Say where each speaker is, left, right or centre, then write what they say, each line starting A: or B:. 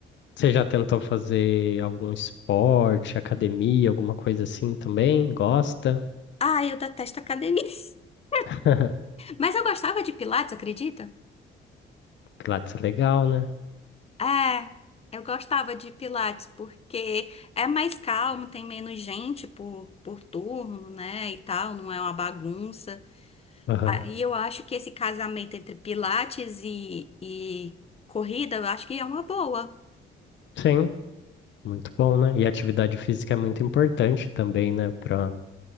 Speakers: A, on the left; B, on the left.
A: você já tentou fazer algum esporte, academia, alguma coisa assim também? Gosta?
B: Ah, eu detesto academia. <laughs>
A: <laughs>
B: Mas eu gostava de pilates, acredita?
A: Pilates é legal, né?
B: É, eu gostava de Pilates porque é mais calmo, tem menos gente por, por turno, né, e tal, não é uma bagunça.
A: Aham.
B: Aí eu acho que esse casamento entre Pilates e, e corrida, eu acho que é uma boa.
A: Sim, muito bom, né? E atividade física é muito importante também, né? Para